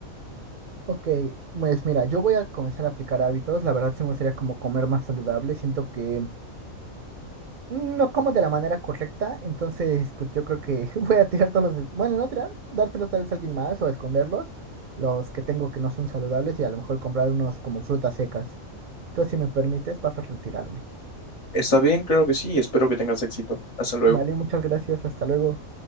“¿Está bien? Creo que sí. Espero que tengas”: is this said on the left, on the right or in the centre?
Left